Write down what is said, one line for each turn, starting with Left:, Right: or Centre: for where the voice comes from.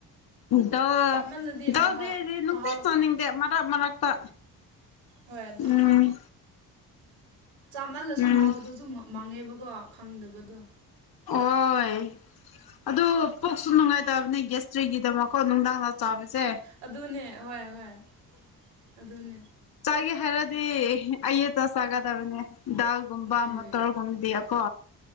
Left: ꯗꯥꯜ
Right: ꯆꯥꯃꯜꯂꯗꯤ
Left: ꯗꯥꯜꯗꯤ
Right: ꯃꯍꯥꯎ
Left: ꯑꯩꯗꯤ ꯅꯨꯡꯇꯤ
Right: ꯃꯍꯥꯎ
Left: ꯆꯥꯅꯤꯡ ꯗꯦ ꯃꯔꯛ ꯃꯔꯛꯇ
Right: ꯍꯣꯏ ꯑꯗꯨꯅꯦ
Left: ꯎꯝ
Right: ꯆꯥꯃꯜꯂꯁꯨ
Left: ꯎꯝ
Right: ꯃꯍꯥꯎꯗꯖꯨ ꯃ ꯃꯥꯡꯉꯦꯕꯀꯣ ꯈꯪꯗꯕꯗꯣ
Left: ꯑꯣꯏ ꯑꯗꯨ ꯄꯨꯛꯁꯨ ꯅꯨꯡꯉꯥꯏꯇꯕꯅꯦ ꯒꯦꯁꯇ꯭ꯔꯤꯛꯒꯤ ꯗꯃꯛꯀꯣ ꯅꯨꯡꯗꯥꯡꯗ ꯆꯥꯕꯖꯦ
Right: ꯑꯗꯨꯅꯦ ꯍꯣꯏ ꯍꯣꯏ ꯑꯗꯨꯅꯦ
Left: ꯆꯥꯒꯦ ꯍꯥꯏꯔꯗꯤ ꯑꯌꯨꯛꯇ ꯆꯥꯒꯗꯕꯅꯦ ꯗꯥꯜ ꯒꯨꯝꯕꯥ
Right: ꯎꯝ
Left: ꯃꯇ꯭ꯔ ꯒꯨꯝꯗꯤ ꯑꯀꯣ